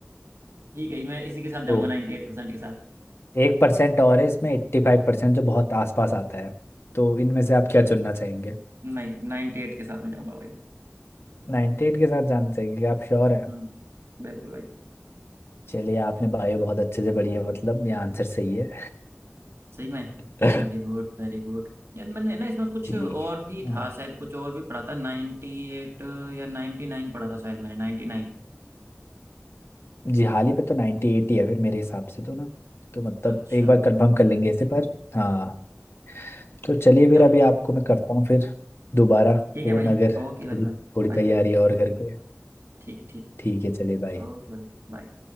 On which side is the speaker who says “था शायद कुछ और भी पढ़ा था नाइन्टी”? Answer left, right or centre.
Right